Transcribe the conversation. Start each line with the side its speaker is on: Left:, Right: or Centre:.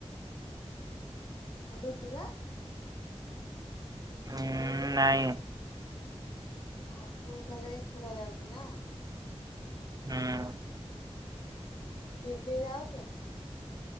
Left: ଆ ଡୁଡୁରା
Right: ଉଁ ନାଇଁ।
Left: ଆଉ ତୁ କଲେ ଏକୁଟା ଯାଉଚୁ ନା?
Right: ହୁଁ।
Left: କିଏ କିଏ ଯାଉଚ?